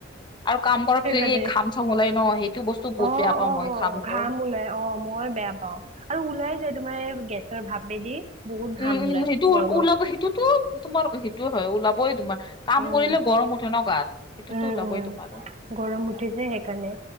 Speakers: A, on the left; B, on the right.
A: আৰু কাম কৰাৰ পিছত
B: সেইকাৰণে
A: এই ঘাম চাম ওলাই ন সেইটো বস্তু বহুত
B: অ'-অ'
A: বেয়া পাওঁ মই ঘামটো
B: ঘাম ওলাই অ' মই বেয়া পাওঁ আৰু ওলাই যায় তোমাৰ গেছৰ ভাপেদি বহুত ঘাম
A: উম-উম
B: ওলাই
A: সেইটো
B: গৰমত।
A: ওলাব সেইটোতো তোমাৰ সেইটোৱে হয় ওলাবই তোমাৰ। কাম
B: উম,
A: কৰিলে গৰম উঠে ন' গাত সেইটোতো
B: উম,
A: ওলাবই
B: উম।
A: তোমাৰ।
B: গৰম উঠে যে সেইকাৰণে